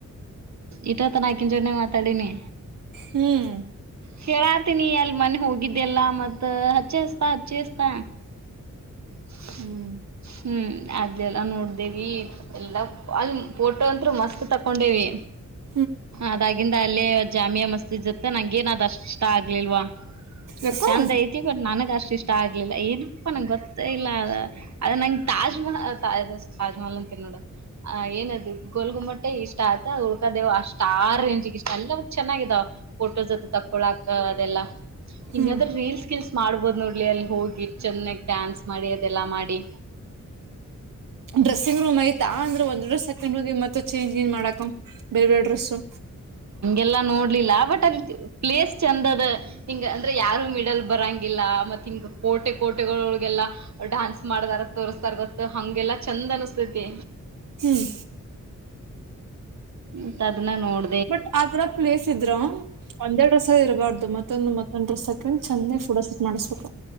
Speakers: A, on the right; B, on the right.
A: ಇಟೊತು ಆಕಿನ್ ಜೊನೆ ಮಾತಾಡಿನಿ
B: ಹ್ಮ್
A: ಹೇಳಾತೀನಿ ಎಲ್ ಮನೆ ಹೋಗಿದ್ದೆಲ್ಲಾ ಮತ್ ಹಚ್ಚೆಸ್ತಾ ಹಚ್ಚೆಸ್ತಾ <unintelligible>
B: ಹ್ಮ್
A: ಹ್ಮ್ ಅದೆಲ್ಲಾ ನೋಡ್ದೇವಿ ಎಲ್ಲಾ ಅಲ್ ಪೋಟೋ ಅಂತ್ರೂ ಮಸ್ತ್ ತಕೊಂಡೇವಿ
B: <unintelligible>
A: ಅದಾಗಿಂದ ಅಲ್ಲೇ ಜಾಮಿಯಾ ಮಸ್ಜಿದ್ ಜೊತೆ ನಂಗೇನ್ ಅದು ಅಷ್ಟ್ ಇಷ್ಟ ಆಗ್ಲಿಲ್ವಾ
B: ಯಾಕೋ
A: ಚಂದ ಐತಿ ಬಟ್ ನನಗ ಅಷ್ಟ ಇಷ್ಟ ಆಗ್ಲಿಲ್ಲ ಏನಪ್ಪ ನಂಗೊತ್ತ ಇಲ್ಲ ಅದ ನಂಗ್ ತಾಜ್ ಮಹಲ್ ತಾಜ್ ಮಹಲ್ ಅಂತೀನ್ ನೋಡ ಆ ಏನದು ಗೋಲ್ ಗುಮ್ಮಟ್ಟೆ ಇಷ್ಟ ಆಯತ ಉಳ್ಕದೇವು ಆಸ್ಟ್ ಆ ರೇಂಜ್ಗ್ ಇಷ್ಟ ಇಲ್ಲ ಚೆನ್ನಾಗಿದಾವ. ಪೋಟೋಸ್ ಹತ್ರ ತಕೊಳಾಕ ಅದೆಲ್ಲಾ ಹಿಂಗಾದ್ರೆ
B: ಹ್ಮ್
A: ರೀಲ್ಸ್ ಗಿಲ್ಸ್ ಮಾಡ್ಬೋದು ನೋಡ್ಲಿ ಅಲ್ಲಿ ಹೋಗಿ. ಚೆನ್ನಾಗಿ ಡಾನ್ಸ್ ಮಾಡಿ ಅದೆಲ್ಲ ಮಾಡಿ
B: ಡ್ರೆಸಿಂಗ್ ರೂಮ್ ಐತ ಅಂದ್ರೆ ಒಂದ್ ಡ್ರಸ್ ಹಾಕೆಂಡು ಹೋಗಿ ಮತ್ತೆ ಚೇಂಜ್ ಗಿಂಜ್ ಮಾಡಕ ಬೇರೆ ಬೇರೆ ಡ್ರೆಸ್ಸು
A: ಎಲ್ಲ ನೋಡ್ಲಿಲ್ಲ ಬಟ್ ಅದ್ ಪ್ಲೇಸ್ ಚಂದ ಅದಾ ಹಿಂಗ ಅಂದ್ರೆ ಯಾರು ಮಿಡಲ್ ಬರಂಗಿಲ್ಲ ಮತ್ ಕಿಂಗ್ ಕೋಟೆ ಕೋಟೆಗಳೊಗೆಲ್ಲ ಡಾನ್ಸ್ ಮಾಡಾರ ತೋರಿಸತಾರ ಗೊತ್ತಾ ಹಂಗೆಲ್ಲಾ ಚಂದ ಅನಿಸ್ತೈತಿ ತ್ತೆ
B: ಹ್ಮ್
A: ಮತ್ ಅದನ್ನ ನೋಡ
B: ಬಟ್ ಆ ತರ ಪ್ಲೇಸ್ ಇದ್ರ ಒಂದೇ ಡ್ರೆಸ್ಸ್ ಇರಬಾರದು ಮತ್ತೊಂದು ಮತ್ತೊಂದ್ ಡ್ರೆಸ್ಸ್ ಹಾಕೊಂಡ್ ಚೆನ್ನಾಗ ಪೋ ಟೋ ಮಾಡ್ಸಬೇಕು